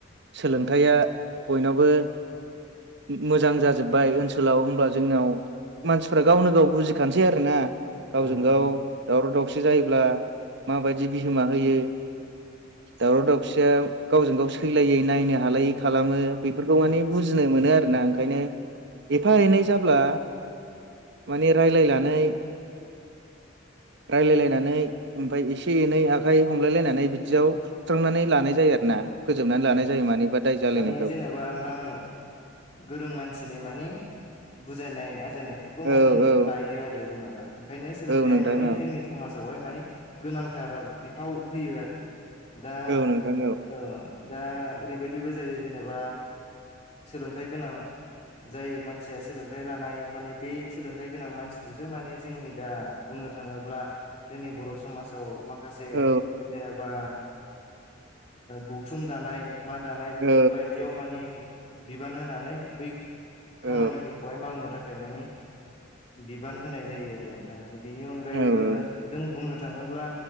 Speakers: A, on the right; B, on the left.
A: सोलोंथाइया बयनावबो मोजां जाजोब्बाय ओनसोलाव होमब्ला जोंनिाव मानसि गफ्रा गावनो गाव बुजिखानोसै आरो ना गावजों
B: औ नोंथां
A: गाव दावराव दावसि जायोब्ला माबायदि बिहोमा होयो दावराव दावसिया गावजों गाव सैलायै नायनो हालायै खालामो बेफोरखौ माने
B: औ
A: बुजिनो मोनो आरोोना आं ओंखायनो एफा एनै जाब्ला माने रायज्लायनानै रायजलायलायनानै ओमफफ्राय एसे एनै आखाइ हमलायलायनानै बिदियाव ुस्रांनानै लानाय जायो आरो ना फोजोबनानै
B: औथां
A: लानाय जायो मानिबा दाय
B: औ
A: जालायनायखौ
B: मानिे जेनेबा नोंथां गोरों मानसिनि मानि बुजायनाय आजायनायफोरखौ
A: औ
B: मानि
A: औ
B: लायो आरो जेनेबा ओंखायनो सोलोंथाइया
A: औ नोंथां
B: माने
A: औ
B: जोंनि समाजावहाय माने गोनांथार आरो बिफाव होयो आरो दा
A: औ नोंथां
B: औ दा ओरैबायदिबो जायो जेनेबा सोलोंथायाइ गोनां जाय मानसिया सोलोंथाइ लानाय माने बे सोलोंथाइ गोनां मानसिखौसो माने जोंनि दा बुंनो थाङोब्ला जोंनि बर' समाजाव मा माखासे
A: औ
B: जेनेबा गौथुम दानाय मा दानाय बेफोरबायायदियाव
A: औ
B: माने बिबान होनानै बै खामानि
A: औ
B: फोरखौहाय मावनो थाखाय मानिे बिबान होनाय जायो आरो दा बेनि अनगायैबो
A: औ
B: जों बुंनो थाङोब्ला